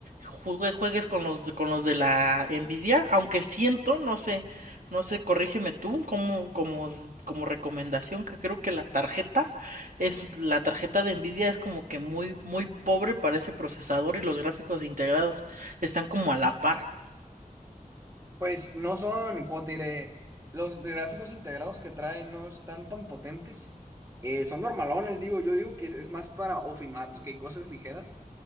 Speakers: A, on the right (about 65°); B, on the right (about 20°).
A: juegue- juegues con los, de- con los de la Nvidia, aunque siento, no sé, no sé, corrígeme tú, como, como, como recomendación, que creo que la tarjeta es, la tarjeta de Nvidia es como que muy, muy pobre para ese procesador y los gráficos integrados están como a la par.
B: Pues no son, como te diré, los de gráficos integrados que trae no están tan potentes. Eh, son normalones, digo, yo digo que es más para ofimática y cosas ligeras.